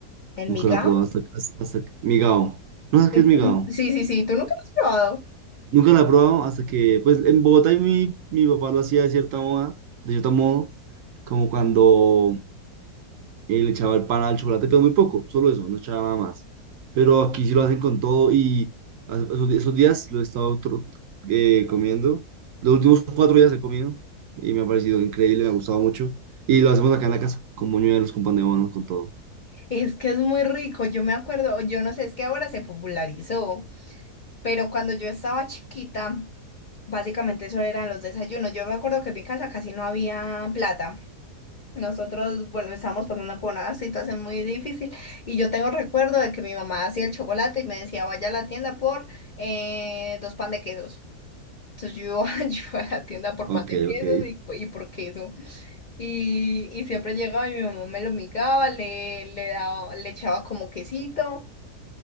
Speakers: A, on the left; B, on the right.
A: el
B: nunca
A: migao,
B: lo he probado hasta, hasta, hasta que- migao. No sabes
A: mm,
B: qué es migao.
A: sí, sí, sí, tú nunca lo has probado.
B: Nunca lo he probado hasta que, pues, en Bogotá mi, mi papá lo hacía de cierta moda, de cierto modo, como cuando eh, le echaba el pan al chocolate, pero muy poco, solo eso, no echaba nada más. Pero aquí sí lo hacen con todo y a- esos, di- esos días lo he estado tro- eh, comiendo. Los últimos cuatro días he comido y me ha parecido increíble, me ha gustado mucho. Y lo hacemos acá en la casa, con buñuelos, con pan de bono, con todo.
A: Es que es muy rico, yo me acuerdo, yo no sé, es que ahora se popularizó, pero cuando yo estaba chiquita, básicamente eso eran los desayunos. Yo me acuerdo que en mi casa casi no había plata. Nosotros, bueno, estábamos pasando por una con una situación muy difícil y yo tengo recuerdo de que mi mamá hacía el chocolate y me decía, vaya a la tienda por eh, dos pan de quesos. Entonces yo, <laughs> iba- yo iba a la tienda por
B: Ok,
A: pan de quesos
B: ok.
A: y, y por queso. Y, y siempre llegaba y mi mamá me lo migaba, le, le daba, le echaba como quesito.